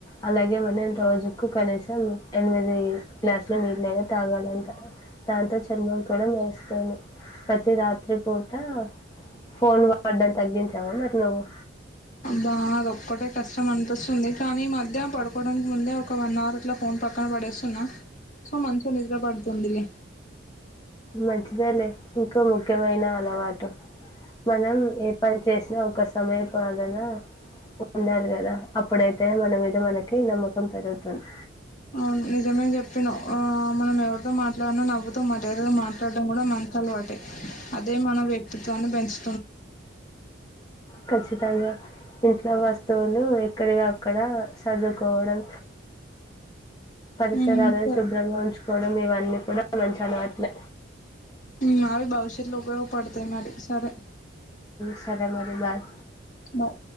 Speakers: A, on the left; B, on the left.
A: అలాగే మనం రోజుకు కనీసం ఎనిమిది గ్లాసుల నీళ్ళైనా తాగాలంటా దాంతో చర్మం కూడా మెరుస్తుంది ప్రతి రాత్రి పూట ఫోన్ వాడం తగ్గించావా మరి నువ్వు
B: బా అద ఒక్కటే కష్టం అనిపిస్తుంది కానీ మధ్య పడుకోవడానికి ముందే ఒక వన్ అవర్ అట్లా ఫోన్ పక్కన పడేస్తున్నా సో మంచగా నిద్ర పడుతుందిలే
A: మంచిదే లే ఇంకో ముఖ్యమైన అలవాటు మనం ఏ పని చేసినా ఒక సమయపాలన ఉండాలి కదా అప్పుడైతే మన మీద మనకి నమ్మకం పెరుగుతుంది
B: అవును నిజమే చెప్పినవ్ ఆ మనం ఎవరితో మాట్లాడిన నవ్వుతో మర్యాదగా మాట్లాడడం కూడా మంచి చి అలవాటే అదే మన వ్యక్తిత్వాన్ని పెంచు
A: ఖచ్చితంగా ఇంట్లో వస్తు స్తువులు ఎక్కడివి అక్కడ సదురుకోవడం పరిసరాలను
B: ఉమ్ సరే
A: శుభ్రంగా ఉంచుకోవడం ఇవన్నీ కూడా మంచి అలవాట్లే
B: మావి భవిష్యత్ లో ఉపయోగపడతాయి మరి సరే
A: సరే మరి బాయ్
B: బాయ్.